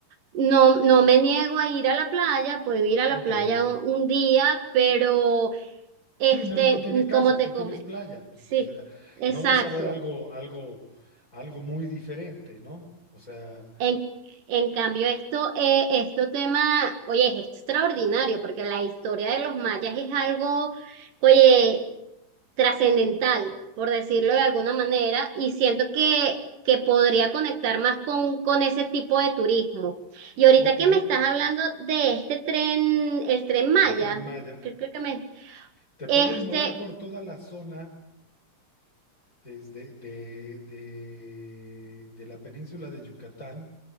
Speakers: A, on the right; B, on the left.
A: No, no me niego a ir a la playa, puedo ir a
B: Ok.
A: la playa un, un día, pero este,
B: Sí, no, no tiene caso.
A: como te
B: Tú tienes
A: come,
B: playa. Pues,
A: sí,
B: o sea,
A: exacto.
B: no vas a ver algo, algo, algo muy diferente, ¿no? O sea,
A: En, en cambio, esto, eh, esto tema, oye, es extraordinario, porque la historia de los mayas es algo, oye, trascendental, por decirlo de alguna manera, y siento que, que podría conectar más con, con ese tipo de turismo. Y ahorita
B: ok,
A: que me estás hablando de este tren, el tren Maya,
B: el Tren Maya.
A: creo creo que me...
B: Te
A: Este,
B: puedes mover por toda la zona desde de, de, de la península de Yucatán